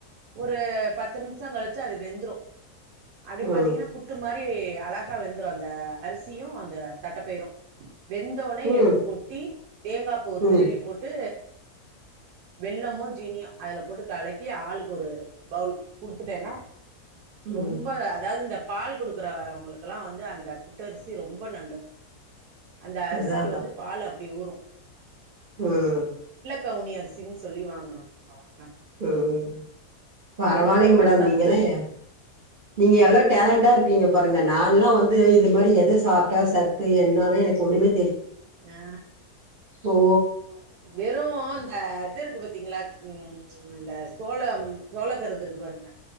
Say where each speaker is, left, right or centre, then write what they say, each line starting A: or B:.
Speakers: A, on the right; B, on the right.
A: ஒரு பத்து நிம்ஷோ கழிச்சு அது வெந்துரு அப்டியே
B: ம்
A: பாத்திங்கனா புட்டுமா ரி அழகா வெந்துரு அந்த அரிசியு அந்த தட்டப்பயிரு வெந்தவொனே
B: ம்
A: எடுத்து கொட்டி தேங்கா பூவ
B: ம்
A: திருவி போட்டு வெள்ளமோ ஜீனியு அதுல போட்டு கலக்கி ஆளுக்கு ஒரு பவுல் குடுத்துட்டேன்னா
B: ம்
A: ரொம்ப அதாவது இந்த பால் கொடுக்குறவங்களுக்கெல்லா வந்து அந்த புட்டரிசி ரொம்ப நல்லது அந்த அரிசிக்கு
B: அதா அதா
A: வந்து பால் அப்டி ஊரு
B: ம்
A: கவுனியரிசின்னு சொல்லி வாங்கணு நம்ப வாங்கனு
B: ம் பரவால்லிங்க
A: அது இதை விட
B: மேடம்
A: சத்து
B: நீங்கல்லா எ நீங்க எல்லா டேலண்டா இருக் கீங்க பாருங்க நான்ல்லா வந்து இது மாரி எத சாப்ட்டா சத்து என்னான்னு எனக்கு ஒண்ணுமே
A: ஆ
B: தோ
A: வெறு ந்த இது இருக்கு பாத்தீங்களா ம் இந்த சோளம் சோளக்கருது இருக்கு பாருங்க